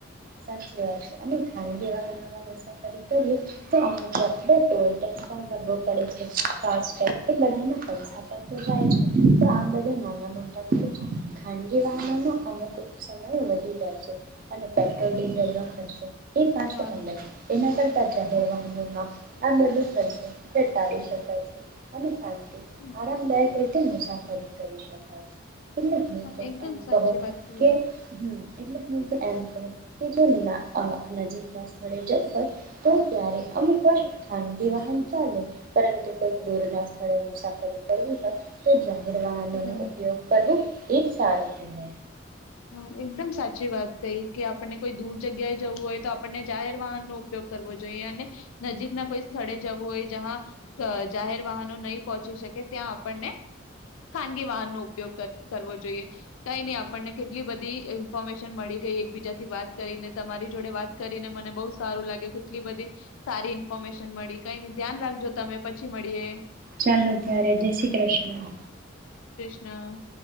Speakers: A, on the right (about 45°); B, on the left (about 80°).
A: <unintelligible> અને ખાનગી વાહનોમાં મુસાફરી કરીએ, તોક <unintelligible> ટોલ ટેક્ષ પણ ભરવો પડે છે. ફાસ્ટ ટૅગથી બધાનું પૈસા પણ તો જાય છે. આ બધા નાના મોટા ખર્ચા ખાનગી વાહનોમાં અમુક સમય વધી જાય છે. અને <unintelligible> પેટ્રોલ ડીઝલનો ખર્ચો, એ પાછો
B: વાહ
A: અલગ. એના કરતા જાહેર
B: હા
A: વાહનોમાં આ બધું. <unintelligible> ટાળી શકાય છે અને ખા
B: હમ,
A: આરામદાયક રીતે તે મુસાફરી કરી શકાય છે. એટલે હું
B: હા
A: તો
B: એકદમ
A: એમ
B: સાચી
A: કહું,
B: વાત કહી
A: કે એટલે હું તો એમ કહું, કે કે જો ના અ નજીક ના સ્થળે જવું હોય, તો ત્યારે અમુક વાર ખાનગી વાહન ચાલે પરંતુ કોઈક દૂર ના સ્થળે મુસાફરી કરવી હોય તો જાહેર વાહનોનો
B: એ જ ને.
A: ઉપયોગ કરવો એજ સારું, તને.
B: હા, એકદમ સાચી વાત કઈ, કે આપણને કોઈ દૂર જગ્યાએ જવું હોય તો આપણને જાહેર વાહનનો ઉપયોગ કરવો જોઈએ. અને નજીકના કોઈ સ્થળે જવું હોય જ્યાં. જાહેર વાહનો નહીં પહોંચી શકે ત્યાં આપણને ખાનગી વાહનનો ઉપયોગ ક કરવો જોઈએ. તો કંઇની આપણને કેટલી બધી ઇન્ફોર્મેશન મળી ગઈ એકબીજા થી વાત કરીને. તમારી જોડે વાત કરીને મને બહુ સારું લાગ્યો કેટલી બધી સારી ઇન્ફોર્મેશન મળી. કઈ નહી ધ્યાન રાખજો તમે પછી મળીએ.
A: ચાલો ત્યારે, જય શ્રી કૃષ્ણ.
B: ન.